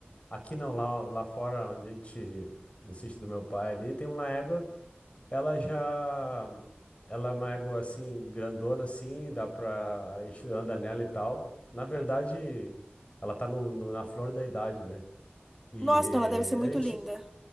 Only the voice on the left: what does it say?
aqui não, lá, lá fora, onde a gente, no sítio do meu pai ali, tem uma égua, ela já, ela é uma égua, assim, grandona, assim, dá pra, a gente anda nela e tal. Na verdade, ela tá no, no- na flor da idade, né? E
a gente,